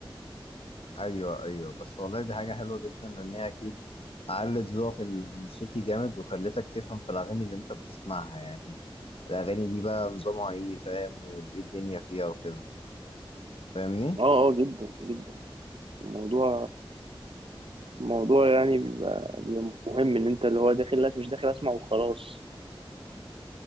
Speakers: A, on the left; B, on the right.
A: ايوه ايوه بس والله دي حاجه حلوه جدا لان هي اكيد علت ذوقك الموسيقي جامد وخلتك تفهم في الاغاني اللي انت بتسمعها يعني الاغاني دي بقى نظامها ايه فاهم وايه الدنيا فيها وكده فاهمني
B: اه اه جدا جدا الموضوع الموضوع يعني بيبقى بيبقى مهم إن أنت اللي هو داخل لا مش داخل أسمع وخلاص